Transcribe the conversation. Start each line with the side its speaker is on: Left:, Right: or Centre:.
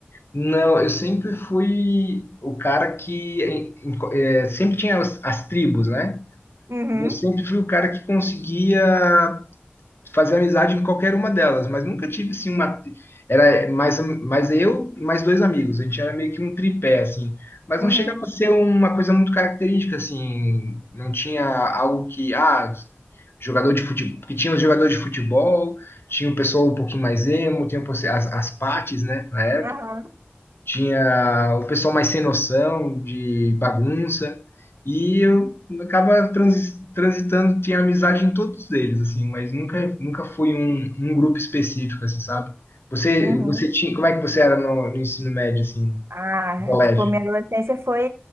Left: Não, eu sempre fui o cara que em- em- eh, sempre tinha as, as tribos, né?
Right: Uhum,
Left: Eu sempre fui o cara que conseguia fazer amizade em qualquer uma delas, mas nunca tive assim uma. tri- Era mais, mais eu e mais dois amigos. A gente era meio que um tripé, assim. Mas
Right: uhum,
Left: não chegava a ser uma coisa muito característica, assim. Não tinha algo que. Ah, jogador de futebol. Porque tinha os jogadores de futebol, tinha o pessoal um pouquinho mais emo, tinha o pessoal- as, as partes, né? Na época
Right: aham,
Left: tinha o pessoal mais sem noção, de bagunça, e eu acaba transi- transitando, tinha amizade em todos eles, assim, mas nunca, nunca foi um, um grupo específico, assim, sabe? Você,
Right: uhum.
Left: você tinha, como é que você era no, no ensino médio, assim,
Right: Ah,
Left: no colégio?
Right: é, tipo, minha adolescência foi,